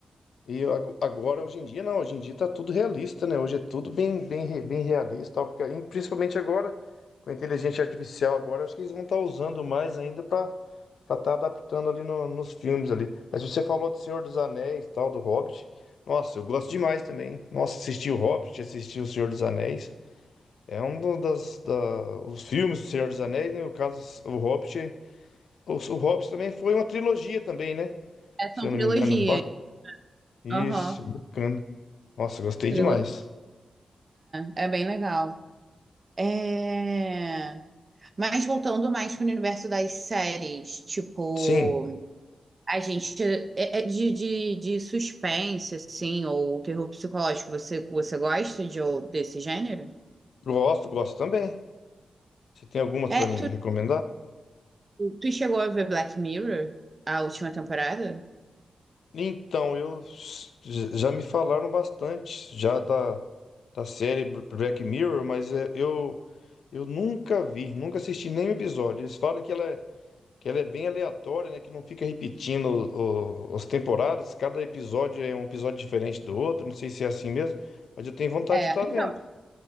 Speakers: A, on the left; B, on the right.
A: E eu ago- agora, hoje em dia, não, hoje em dia tá tudo realista, né? Hoje é tudo bem, bem, re- bem realista, tal, porque e principalmente agora, com a inteligência artificial agora, acho que eles vão estar usando mais ainda para para estar adaptando ali no- nos filmes ali. Mas você falou do Senhor dos Anéis, tal, do Hobbit. Nossa, eu gosto demais também. Nossa, assisti o Hobbit, assisti o Senhor dos Anéis. É um do- das da, os filmes do Senhor dos Anéis, né? No caso, o Hobbit, o, o Hobbit também foi uma trilogia também, né?
B: É,
A: Se
B: são
A: eu
B: trilogias.
A: não me engano, Ba- isso,
B: Aham,
A: bacana. Nossa, gostei
B: trilogia.
A: demais.
B: É, é bem legal. É... Mas voltando mais para o universo das séries, tipo,
A: Sim,
B: a gente é é de, de, de suspense, assim, ou terror psicológico, você, você gosta de, ou- desse gênero?
A: gosto, gosto também. Você tem algumas
B: É,
A: para me
B: tu,
A: recomendar?
B: tu chegou a ver Black Mirror, a última temporada?
A: Então, eu j- já me falaram bastante já da, da série Br- Black Mirror, mas é, eu eu nunca vi, nunca assisti nenhum episódio. Eles falam que ela é, que ela é bem aleatória, né? Que não fica repetindo o- o- as temporadas. Cada episódio é um episódio diferente do outro. Não sei se é assim mesmo, mas eu tenho vontade
B: É,
A: de estar vendo.
B: então,